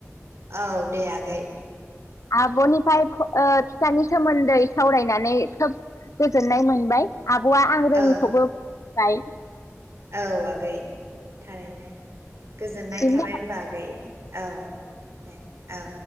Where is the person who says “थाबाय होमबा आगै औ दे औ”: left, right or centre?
Right